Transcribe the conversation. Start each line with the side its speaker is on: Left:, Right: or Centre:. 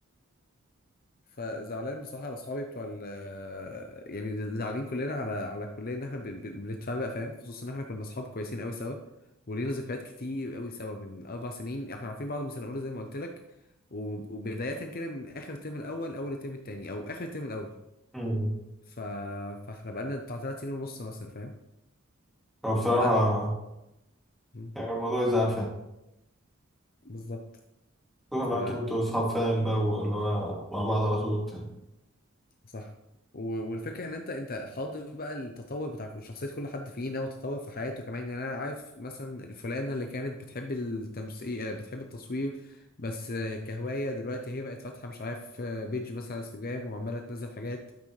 Left: فزعلان بصراحة على أصحابي بتوع ال يعني زعلانين كلنا على على الكلية إن إحنا بن- بن- بنتفرق فاهم خصوصا إن إحنا كنا أصحاب كويسين أوي سوا ولينا ذكريات كتير أوي سوا من أربع سنين إحنا عارفين بعض من سنة أولى زي ما قلت لك و- وبداية كده من آخر الترم الأول أول الترم التاني أو آخر الترم الأول
Centre: أمم.
Left: ف... فإحنا بقالنا بتاع تلات سنين ونص مثلا فاهم
Centre: هو بصراحه
Left: فلا يعني م،
Centre: يعني الموضوع يزعل فعلا
Left: بالظبط
Centre: خصوصا
Left: ف
Centre: لو انتوا كنتوا اصحاب فعلا بقى واللي هو مع بعض على طول وبتاع
Left: صح و- والفكره ان انت انت حاضر بقى التطور بتاع شخصيه كل حد فينا والتطور في حياته كمان يعني انا عارف مثلا الفلانه اللي كانت بتحب التمثيل آه، بتحب التصوير بس آه، كهوايه دلوقتي هي بقت فاتحه مش عارف آه، بيج مثلا على انستجرام وعماله تنزل حاجات